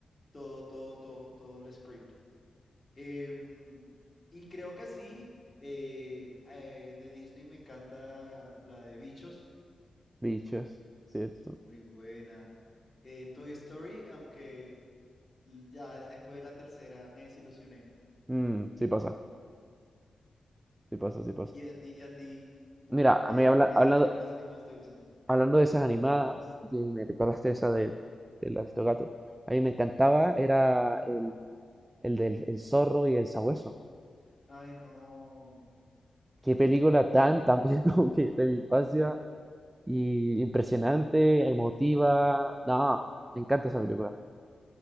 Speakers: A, on the left; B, on the right.
A: todo, todo, todo, todo el script. Em, y creo que así, eh, eh, de Disney me encanta la de Bichos.
B: Bichos, ¿cierto?
A: Es, es muy buena. Eh, Toy Story, aunque l- ya después de la tercera me desilusioné.
B: Mm, sí pasa, sí pasa, sí pasa.
A: ¿Y a ti, y a ti,
B: Mira,
A: qué,
B: a mí habla-
A: qué
B: hablando,
A: películas animadas te gustan?
B: hablando de esas animadas, que me recordaste esa del, del Aristogato, a mí me encantaba,
A: Sí.
B: era el, el del el zorro y el sabueso.
A: Ay, no.
B: Qué película tan, tan <laughs> bien como que de mi infancia, y impresionante, emotiva. No, me encanta esa película.